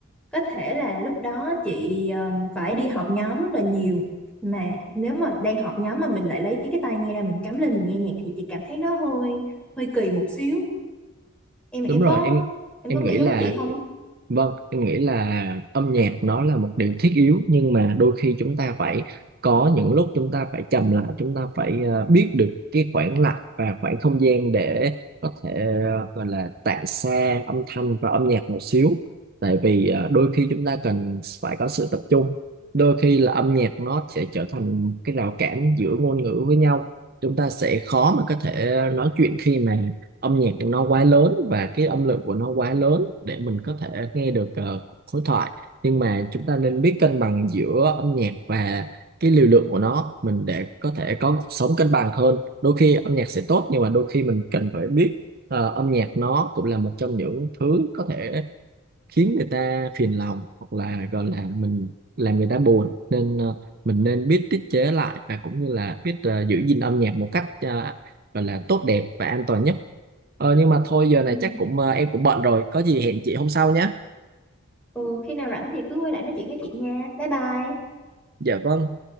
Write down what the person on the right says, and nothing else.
đúng rồi
em
em
nghĩ
là
vâng em nghĩ là âm nhạc nó là một điều thiết yếu nhưng mà đôi khi chúng ta phải có những lúc chúng ta phải trầm lại chúng ta phải ờ, biết được cái khoảng lặng và khoảng không gian để có thể ờ, gọi là tản xa âm thanh và âm nhạc một xíu tại vì ờ, đôi khi chúng ta cần phải có sự tập trung đôi khi là âm nhạc nó sẽ trở thành cái rào cản giữa ngôn ngữ với nhau chúng ta sẽ khó mà có thể nói chuyện khi mà âm nhạc của nó quá lớn và cái âm lượng của nó quá lớn để mình có thể nghe được ờ, khối thoại nhưng mà chúng ta nên biết cân bằng giữa âm nhạc và cái liều lượng của nó mình để có thể có cuộc sống cân bằng hơn đôi khi âm nhạc sẽ tốt nhưng mà đôi khi mình cần phải biết ờ, âm nhạc nó cũng là một trong những thứ có thể khiến người ta phiền lòng hoặc là gọi là mình làm người ta buồn nên ờ, mình nên biết tiết chế lại và cũng như là biết ờ, giữ gìn âm nhạc một cách ờ, gọi là tốt đẹp và an toàn nhất ờ, nhưng mà thôi giờ này
chắc cũng ờ, em cũng bận rồi có gì hẹn chị hôm sau nhé
dạ vâng